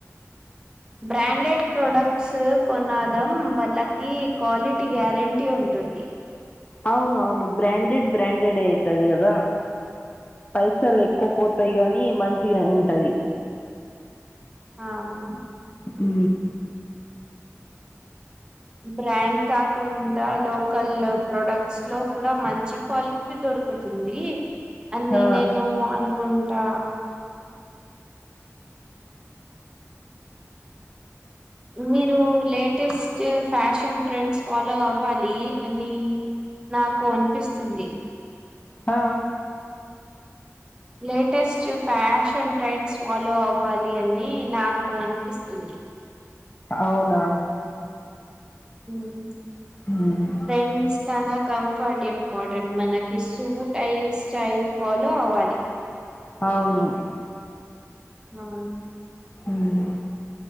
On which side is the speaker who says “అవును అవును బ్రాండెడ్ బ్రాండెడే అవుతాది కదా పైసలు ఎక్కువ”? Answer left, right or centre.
Left